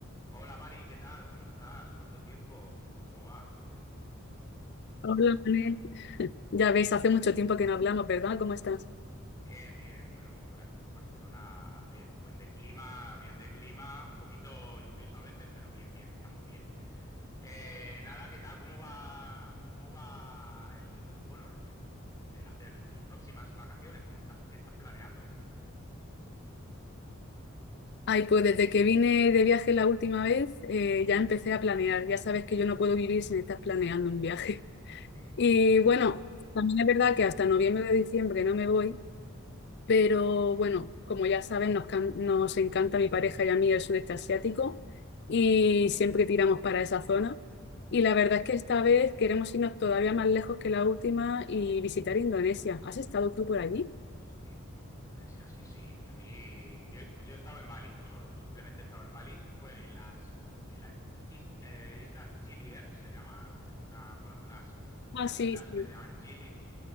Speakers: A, on the left; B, on the left.
A: Hola Mari, ¿qué tal? ¿Cómo estás? ¿Cuánto tiempo? ¿Cómo va?
B: Hola, Manel. Ya ves, hace mucho tiempo que no hablamos, ¿verdad? ¿Cómo estás?
A: Bien, bien, bueno, por aquí por Barcelona, bien, buen de clima, bien de clima, un poquito lluvioso a veces, pero bien, bien, estamos bien. Eh, nada, ¿qué tal? ¿Cómo va, cómo va el, bueno, el, el- el hacer tus próximas vacaciones? ¿Cómo estás, qué estás planeando?
B: Ay, pues desde que vine de viaje la última vez, eh, ya empecé a planear. Ya sabes que yo no puedo vivir sin estar planeando un viaje.
A: Sí,
B: Y
A: sí.
B: bueno, también es verdad que hasta noviembre o diciembre no me voy, pero bueno, como ya saben nos, can- nos encanta a mi pareja y a mí el sudeste asiático y siempre tiramos para esa zona. Y la verdad es que esta vez queremos irnos todavía más lejos que la última y visitar Indonesia. ¿Has estado tú por allí?
A: Hosti, tú, Indonesia, sí, sí. Y a mí, yo, yo he estado en Bali solo, simplemente he estado en Bali. Bueno, y en las, en las is- eh, islas Gili Air se llama, eh, una, bueno, unas, unas
B: Ah, sí,
A: islas
B: sí.
A: que se llaman Gili,